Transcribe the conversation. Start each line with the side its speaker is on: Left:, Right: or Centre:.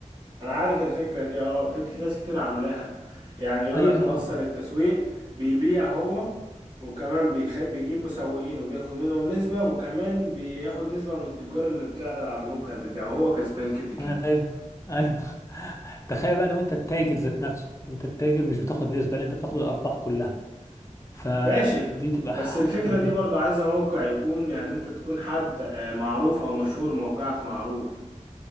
Right: انا عارف الفكره دي اه في في ناس كتير عاملاها يعني يقول
Left: ايوه
Right: لك
Left: انا
Right: منصه للتسويق بيبيع هو وكمان بيخ... بيجيب مسوقين وبياخد منهم نسبه وكمان بياخد نسبه من التجار اللي بتعرض على الموقع بتاعه هو كسبان كده كده
Left: ايوه ايوه <laughs> تخيل بقى لو انت التاجر ذات نفسه انت التاجر مش بتاخد نسبة لا انت بتاخد الارباح كلها فدي
Right: ماشي
Left: تبقى
Right: بس الفكره
Left: مم.
Right: دي برضو عايزه موقع يكون يعني انت تكون حد آه، معروف او مشهور موقعك معروف